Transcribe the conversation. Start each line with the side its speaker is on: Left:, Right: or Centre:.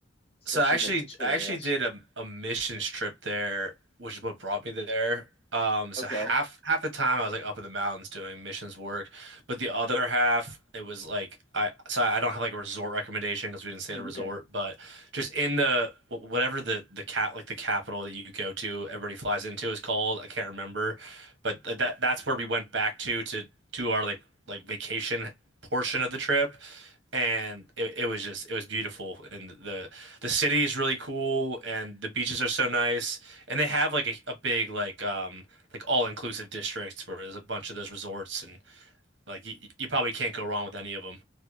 Left: specific
Right: So I actually
Left: experience?
Right: I actually did a, a missions trip there, which is what brought me there. Um, so
Left: Okay,
Right: half half the time I was like up in the mountains doing missions work, but the other half it was like I so I don't have like a resort recommendation because we didn't stay
Left: mm,
Right: at a resort,
Left: okay.
Right: but just in the whatever the the cat like the capital that you go to everybody flies into is called I can't remember but that that's where we went back to to do our like like vacation portion of the trip and it, it was just it was beautiful and the the city is really cool and the beaches are so nice and they have like a, a big like um like all-inclusive districts where there's a bunch of those resorts and like you, you probably can't go wrong with any of them